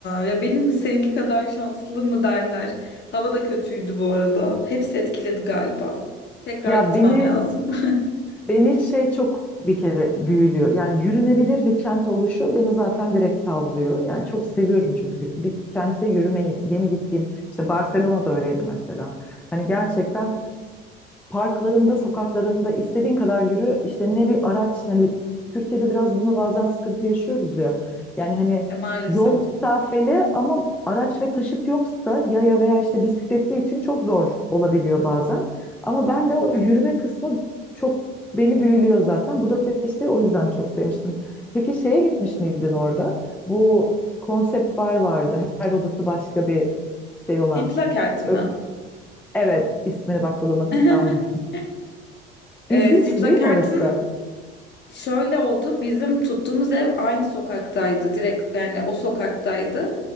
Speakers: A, on the left; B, in the centre.
A: Ya benim seninki kadar şanslı mı derler. Hava da kötüydü bu arada. Hepsi etkiledi galiba. Tekrar
B: Ya
A: gitmem
B: beni
A: lazım. <laughs>
B: beni şey çok bir kere büyülüyor. Yani yürünebilir bir kent oluşu beni zaten direkt tavlıyor. Yani çok seviyorum çünkü bir kentte yürümeyi yeni gittiğim işte Barcelona'da öyleydi mesela. Hani gerçekten parklarında, sokaklarında istediğin kadar yürü. İşte ne bir araç hani Türkiye'de biraz bunu bazen sıkıntı yaşıyoruz diyor. Yani hani
A: E maalesef.
B: yol mesafeli ama araç ve taşıt yoksa yaya veya işte bisikletli için çok zor olabiliyor bazen. Ama ben de o
A: Hı
B: yürüme
A: hı.
B: kısmı çok beni büyülüyor zaten. Budapeşte'yi o yüzden çok sevmiştim. Peki şeye gitmiş miydin orada? Bu konsept bar vardı. Her odası başka bir şey olan.
A: Simplakert mi?
B: Ö- Evet, ismini bak bulamadım.
A: <laughs>
B: Sen
A: e,
B: İlginçti
A: Simplakert'in
B: değil mi orası da?
A: Şöyle oldu. Bizim tuttuğumuz ev aynı sokaktaydı. Direkt yani o sokaktaydı.